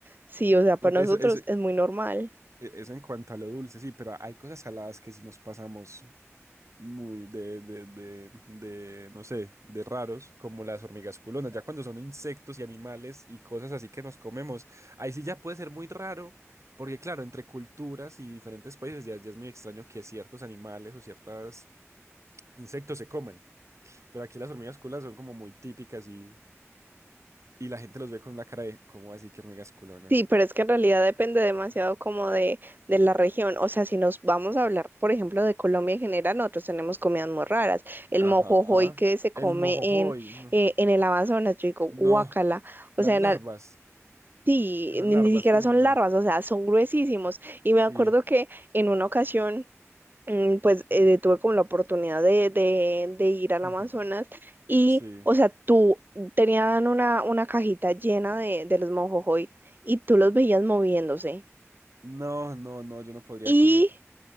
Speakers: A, on the right (about 40°); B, on the right (about 70°).
A: Sí, o sea, para
B: Eso,
A: nosotros
B: eso,
A: es muy normal.
B: e- eso en cuanto a lo dulce, sí, pero hay cosas saladas que si nos pasamos muy de, de, de, de, no sé, de raros, como las hormigas culonas, ya cuando son insectos y animales y cosas así que nos comemos, ahí sí ya puede ser muy raro. Porque claro, entre culturas y diferentes países ya, ya es muy extraño que ciertos animales o ciertos insectos se comen. Pero aquí las hormigas culonas son como muy típicas y, y la gente los ve con una cara de, ¿cómo así que hormigas culonas?
A: Sí, pero es que en realidad depende demasiado como de, de la región. O sea, si nos vamos a hablar, por ejemplo, de Colombia en general, nosotros tenemos comidas muy raras. El
B: Ajá.
A: mojojoy que se come
B: El mojojoy.
A: en,
B: No.
A: eh, en el Amazonas, yo digo,
B: No.
A: guácala.
B: Las
A: O sea,
B: larvas.
A: en, Sí,
B: que Son
A: ni,
B: larvas.
A: ni siquiera
B: Uy,
A: son
B: no.
A: larvas, o sea, son gruesísimos. Y
B: Sí.
A: me acuerdo que en una ocasión, mm, pues eh, tuve como la oportunidad de, de, de ir al
B: <laughs> Ujú.
A: Amazonas y,
B: Sí.
A: o sea, tú tenían una, una cajita llena de, de los mojojoy y tú los veías moviéndose.
B: No, no, no, yo no podría
A: Y
B: con eso.